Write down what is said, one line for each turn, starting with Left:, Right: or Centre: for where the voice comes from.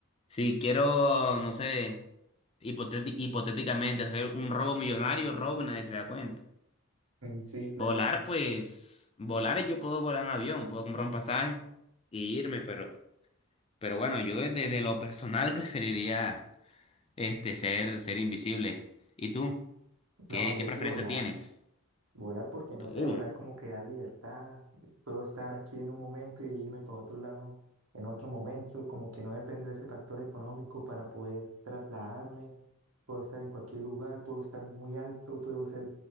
Left: Si quiero, no sé, hipotéti- hipotéticamente hacer un robo millonario, robo y nadie se da cuenta.
Right: Sí, claro.
Left: Volar, pues, volar yo puedo volar en avión, puedo comprar un pasaje y irme, pero, pero bueno, yo desde, de lo personal <laughs> preferiría este ser, ser invisible. ¿Y tú?
Right: no,
Left: ¿Qué,
Right: yo
Left: qué preferencia
Right: sí volar.
Left: tienes?
Right: Volar porque no
Left: Tú.
Right: sé, volar como que da libertad. Puedo estar aquí en un momento y irme para otro lado en otro momento, como que no depende de ese factor económico para poder trasladarme. Puedo estar en cualquier lugar, puedo estar muy alto, puedo ser